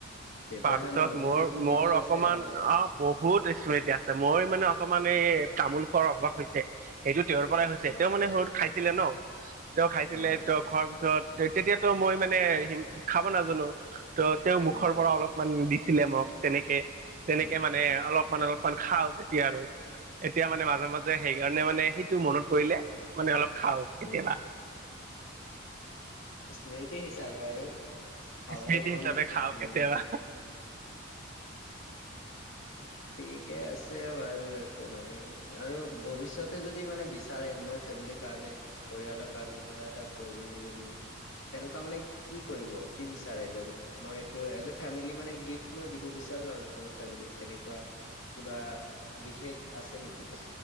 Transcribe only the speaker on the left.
তেতিয়াহ'লে
বহুত
স্মৃতি
আছে আপোনাৰ
আচ্ছা
অ
উম
উম
উম, স্মৃতি হিচাপে আৰু। খাবলৈ
মন,
উম।
ঠিকে আছে বাৰু, একো নাই আৰু ভৱিষ্যতে যদি মানে বিচাৰে মই ফেমিলি কাৰণে পৰিয়ালৰ কাৰণে কিবা এটা কৰিম বুলি। তেনেকুৱা মানে কি কৰিব? কি বিচাৰে যে মই এইটো এজ এ ফেমিলি মানে গিফ্ট মই দিব বিচ বিচাৰো আৰু মোৰ ফেমিলী তেনেকুৱা কিবা বিশেষ আছে নেকি?